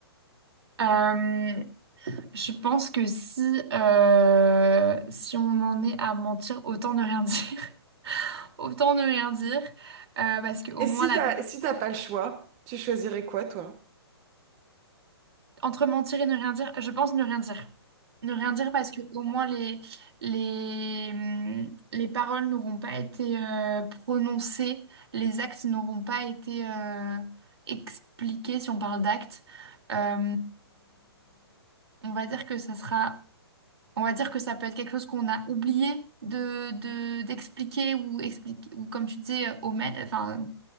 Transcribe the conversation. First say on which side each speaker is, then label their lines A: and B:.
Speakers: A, on the right; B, on the right.
A: Euh, je pense que si, euh, si on en est à mentir, autant ne rien dire. <laughs> Autant ne rien dire, euh, parce qu'au
B: Et
A: moins
B: si
A: la
B: t'as,
A: personne
B: si t'as pas le choix, tu choisirais quoi, toi?
A: Entre mentir et ne rien dire, je pense ne rien dire. Ne rien dire parce que au moins les, les, hum, les paroles n'auront pas été euh, prononcées, les actes n'auront pas été euh, expliqués si on parle d'actes. Euh, on va dire que ça sera, on va dire que ça peut être quelque chose qu'on a oublié de, de- d'expliquer ou expliquer ou comme tu disais, omettre, enfin